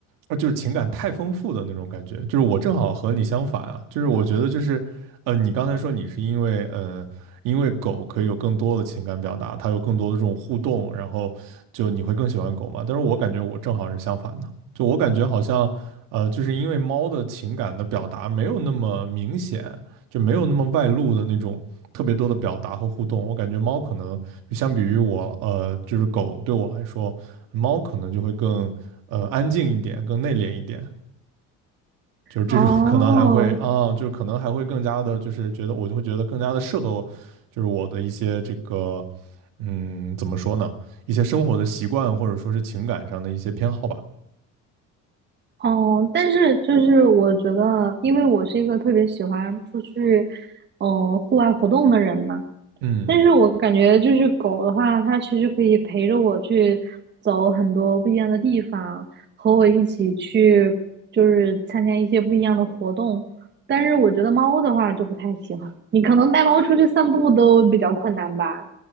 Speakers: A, on the right; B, on the right.
A: 啊就是情感太丰富的那种感觉。就是我正好和你相反啊，就是我觉得就是，呃，你刚才说你是因为呃因为狗可以有更多的情感表达，它有更多的这种互动，然后就你会更喜欢狗嘛？但是我感觉我正好是相反的。就我感觉好像，呃，就是因为猫的情感的表达没有那么明显，就没有那么外露的那种特别多的表达和互动。我感觉猫可能就相比于我，呃，就是狗对我来说，猫可能就会更呃安静一点，更内敛一点。就是这种
B: 哦
A: <laughs> 可能还会啊，就是可能还会更加的，就是觉得我就会觉得更加的适合我，就是我的一些这个，嗯，怎么说呢，一些生活的习惯或者说是情感上的一些偏好吧。
B: 哦，但是就是我觉得，因为我是一个特别喜欢出去，呃，户外活动的人嘛。
A: 嗯。
B: 但是我感觉就是狗的话，它其实可以陪着我去走很多不一样的地方，和我一起去就是参加一些不一样的活动。但是我觉得猫的话就不太行，你可能带猫出去散步都比较困难吧。